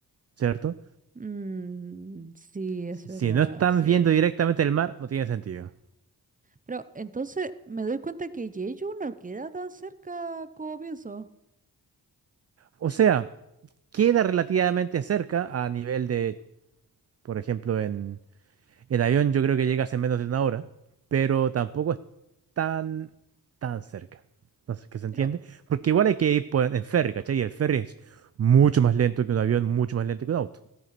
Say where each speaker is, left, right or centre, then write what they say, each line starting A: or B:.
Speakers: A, on the right; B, on the right.
A: ¿cierto?
B: Mm, sí, es
A: Si
B: verdad,
A: no están
B: sí.
A: viendo directamente el mar, no tiene sentido.
B: Pero entonces me doy cuenta que Jeju no queda tan cerca como pienso.
A: O sea, queda relativamente cerca a nivel de, por ejemplo, en el avión yo creo que llegas en menos de una hora, pero tampoco es tan, tan cerca. No sé, ¿qué se entiende?
B: Pero,
A: Porque igual hay que ir por- en ferry, ¿cachai? Y el ferry es mucho más lento que un avión, mucho más lento que un auto.